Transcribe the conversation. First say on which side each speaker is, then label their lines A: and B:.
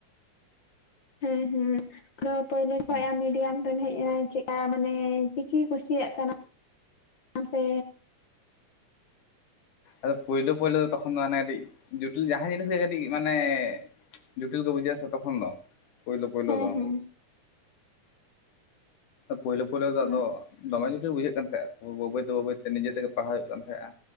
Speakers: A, on the left (about 50°); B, on the left (about 85°).
A: ᱦᱩᱸ ᱦᱩᱸ <unintelligible>
B: ᱠᱚᱢ
A: ᱢᱤᱰᱤᱭᱟᱢ ᱨᱮᱢ ᱦᱮᱡ ᱮᱱᱟᱭ ᱪᱮᱫ ᱢᱟᱱᱮ ᱪᱤᱠᱤ ᱠᱩᱥᱤᱭᱟᱜ ᱠᱟᱱᱟ ᱥᱮ
B: ᱟᱫᱚ ᱯᱩᱭᱞᱩ ᱯᱩᱭᱞᱩ ᱫᱚ ᱛᱚᱠᱷᱚᱱ ᱫᱚ ᱢᱟᱱᱮ ᱠᱟᱹᱴᱤᱡ ᱡᱚᱴᱤᱞ ᱡᱟᱦᱟᱸ ᱡᱤᱱᱤᱥ ᱜᱮ ᱠᱟᱹᱴᱤᱡ ᱢᱟᱱᱮ ᱡᱚᱴᱤᱞ ᱜᱮ ᱵᱩᱡᱤ ᱟᱥᱮ ᱛᱚᱠᱷᱚᱱ ᱫᱚ ᱯᱩᱭᱞᱩ ᱯᱩᱭᱞᱩ
A: ᱦᱮᱸ
B: ᱫᱚ
A: ᱦᱮᱸ
B: ᱯᱩᱭᱞᱩ ᱯᱩᱭᱞᱩ ᱫᱚ
A: ᱦᱮᱸ
B: ᱟᱫᱚ ᱫᱚᱢᱮ ᱡᱚᱴᱤᱞ ᱵᱩᱡᱷᱟᱹᱜ ᱠᱟᱱ ᱛᱟᱦᱮᱸᱜᱼᱟ ᱵᱟᱹᱵᱟᱹᱭ ᱛᱮ ᱵᱟᱹᱵᱟᱹᱭ ᱛᱮ ᱱᱤᱡᱮ ᱛᱮᱜᱮ ᱯᱟᱲᱦᱟᱣ ᱦᱩᱭᱩᱜ ᱠᱟᱱ ᱛᱟᱦᱮᱸᱜᱼᱟ